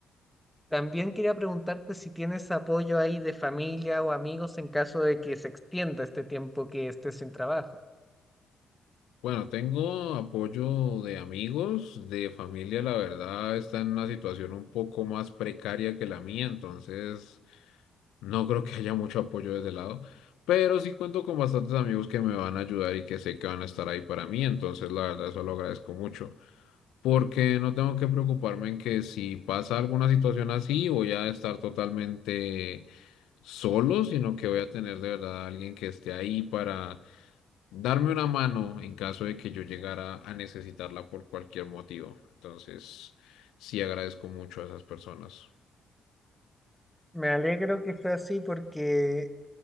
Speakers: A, in the centre; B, on the left (about 80°).
A: también quería preguntarte si tienes apoyo ahí de familia o amigos en caso de que se extienda este tiempo que estés sin trabajo.
B: Bueno, tengo apoyo de amigos, de familia, la verdad está en una situación un poco más precaria que la mía, entonces no creo que haya mucho apoyo de ese lado, pero sí cuento con bastantes amigos que me van a ayudar y que sé que van a estar ahí para mí, entonces la verdad eso lo agradezco mucho, porque no tengo que preocuparme en que si pasa alguna situación así voy a estar totalmente solo, sino que voy a tener de verdad a alguien que esté ahí para darme una mano en caso de que yo llegara a necesitarla por cualquier motivo. Entonces, sí agradezco mucho a esas personas.
A: Me alegro que fue así porque